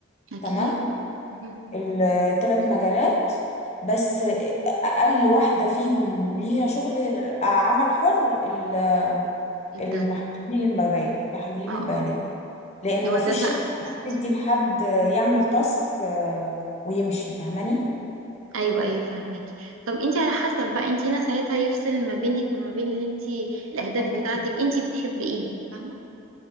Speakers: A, on the right; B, on the left.
A: اكيد
B: تمام
A: مهم.
B: التلات مجالات بس اقل واحده فيهم ليها شغل عمل حر ال-
A: الداتا
B: الم- تحليل المبادئ تحليل
A: اه
B: البيانات
A: اه
B: لان
A: اللي هو
B: ما فيش
A: داتا
B: شركه
A: اناليست
B: هتدي لحد يعمل تاسك آه، ويمشي فاهماني
A: ايوه ايوه فاهميكي طب انت على حسب بقى انت هنا ساعتها يفصل ما بينك وما بين اللي انت الاهداف
B: طب-
A: بتاعتك انت بتحبي ايه فاهمة